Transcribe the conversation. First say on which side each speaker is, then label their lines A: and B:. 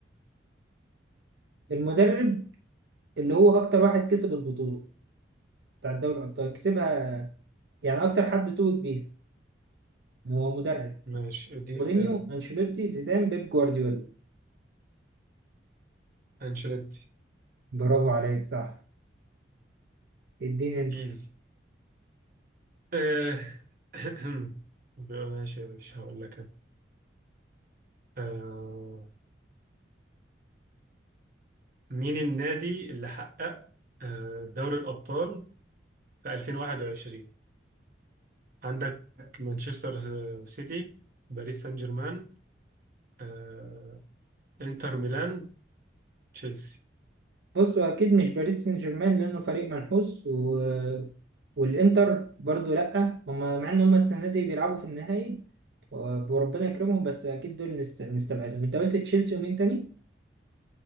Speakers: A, on the right; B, on the right.
A: المدرب اللي هو أكتر واحد كسب البطولة بتاع دوري الأبطال كسبها يعني أكتر حد توج بيها هو مدرب
B: ماشي اديني
A: مورينيو
B: اختيارات
A: انشيلوتي زيدان بيب جوارديولا
B: انشيلوتي
A: برافو عليك صح اديني انت
B: ايزي آه. <clears throat> بقى ماشي يا باشا هقول لك أنا. آه. مين النادي اللي حقق آه، دوري الأبطال في 2021 عندك مانشستر آه، سيتي باريس سان جيرمان آه، انتر ميلان تشيلسي
A: بص هو اكيد مش باريس سان جيرمان لانه فريق منحوس و... والانتر برضو لا هم مع ان هم السنه دي بيلعبوا في النهائي و- وربنا يكرمهم بس اكيد دول نست... نستبعدهم انت قلت تشيلسي ومين تاني